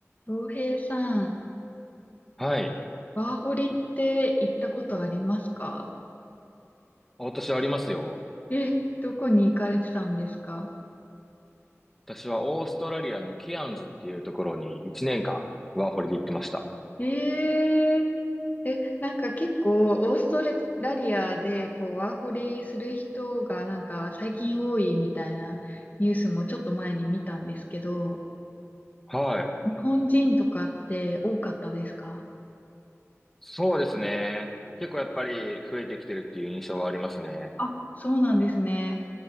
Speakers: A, on the left; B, in the centre.
A: 洋平さん、
B: はい。
A: ワーホリって行ったことありますか
B: 私はありますよ。
A: え、どこに行かれてたんですか
B: 私はオーストラリアのケアンズっていうところに1年間ワーホリで行ってました。
A: えー、え、なんか結構オーストラリアでこうワーホリする人がなんか最近多いみたいなニュースもちょっと前に見たんですけど、
B: はい。
A: 日本人とかって多かったですか
B: そうですね。結構やっぱり増えてきてるっていう印象はありますね。
A: あ、そうなんですね。